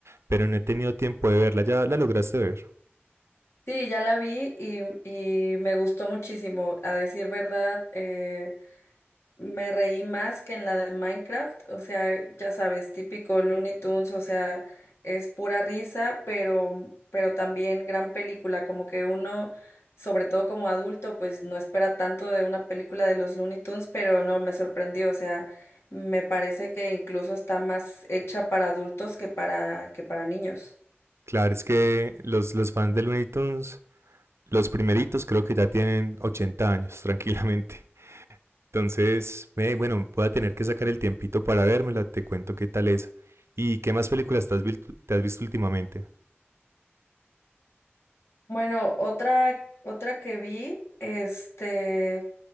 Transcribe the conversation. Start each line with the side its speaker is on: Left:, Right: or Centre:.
Right: pero no he tenido tiempo de verla. ¿Ya la lograste ver?
Left: Sí, ya la vi y, y me gustó muchísimo. A decir verdad, eh, me reí más que en la de Minecraft. O sea, ya sabes, típico Looney Tunes, o sea, es pura risa, pero, pero también gran película. Como que uno, sobre todo como adulto, pues no espera tanto de una película de los Looney Tunes, pero no, me sorprendió. O sea, me parece que incluso está más hecha para adultos que para, que para niños.
Right: Claro, es que los, los fans de Looney Tunes, los primeritos creo que ya tienen 80 años, <laughs> tranquilamente. Entonces, eh, bueno, voy a tener que sacar el tiempito para vérmela, te cuento qué tal es. ¿Y qué más películas te has, vil- te has visto últimamente?
Left: Bueno, otra, otra que vi, este,